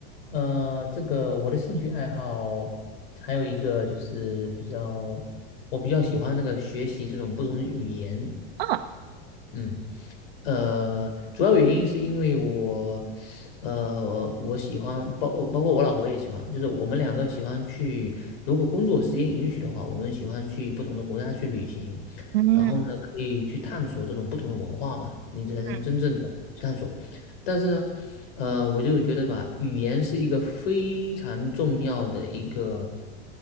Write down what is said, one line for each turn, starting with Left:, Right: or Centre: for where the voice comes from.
Left: 呃，这个我的兴趣爱好还有一个就是比较，我比较喜欢那个学习这种不同的语言，
Right: 啊。
Left: 嗯，呃，主要原因是因为我，呃，我喜欢包包括我老婆也喜欢，就是我们两个喜欢去，如果工作时间允许的话，我们喜欢去不同的国家去旅行，
Right: 嗯
Left: 然后呢，可以去探索这种不同的文化嘛，你才能真正的去探索。
Right: 嗯，
Left: 但是呢，呃，我就觉得吧，语言是一个非常重要的一个